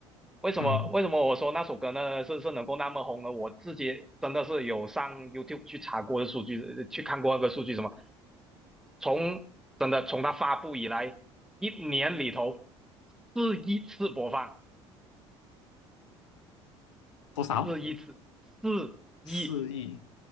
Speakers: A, in the centre; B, on the left.
A: 为什么为什么我说那首歌呢是是能够那么红呢？
B: 嗯，
A: 我自己真的是有上 YouTube 去查过的数据，呃去看过那个数据什么，从真的从它发布以来一年里头是一次播放。
B: 多少？
A: 四一次四一，
B: 四亿？